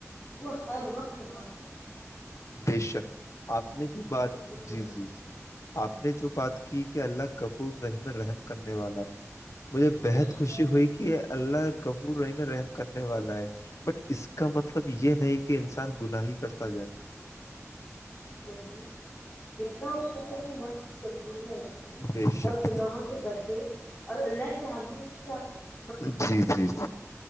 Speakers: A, on the left (about 25°); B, on the left (about 70°).
A: وہ ہر وقت معاف کر <unintelligible>
B: بے شک <unintelligible> آپ نے جو بات
A: قبول کرے
B: جی جی جی آپ نے جو بات کی کہ اللہ کفور رحیم رحم کرنا <unintelligible> والا ہے مجھے
A: گا
B: بےحد خوشی ہوئی کہ اللہ کف رحم رحم کرنے والا ہے بٹ اس کا مطلب یہ نہیں کہ انسان گناہی کرتا جائے <unintelligible>
A: نہیں جتنا ہو سککتنی ن <unintelligible> کنٹرول میں رکھے
B: بے شک
A: اور گناہوں سے بچے اور اللہ سے ہمیشہ <unintelligible> ر <inaudible>
B: جی جی